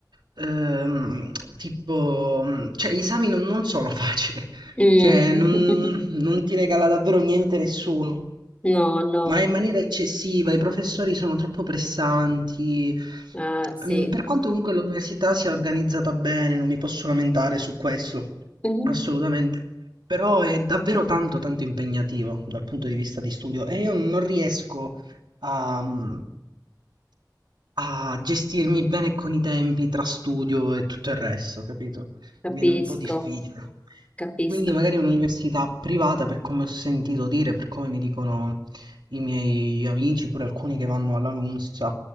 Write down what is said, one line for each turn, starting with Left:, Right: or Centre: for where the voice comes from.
Right: ehm, tipo, cioè, gli esami non, non sono facili,
Left: mm.
Right: cioè, non,
Left: <laughs>
Right: non ti regala davvero niente nessuno.
Left: No, no,
Right: Ma in maniera eccessiva, i professori sono troppo pressanti.
Left: eh, sì,
Right: Mm, Per quanto comunque l'università sia organizzata bene, non mi posso lamentare su questo,
Left: Mhm,
Right: assolutamente. Però è davvero tanto, tanto impegnativo dal punto di vista di studio e io non riesco a, mm, a gestirmi bene con i tempi tra studio e tutto il resto, capito?
Left: Capisco.
Right: Mi viene un po' difficile.
Left: Capisco.
Right: Quindi magari un'università privata, per come ho sentito dire, per come mi dicono i miei amici, pure alcuni che vanno alla LUMS,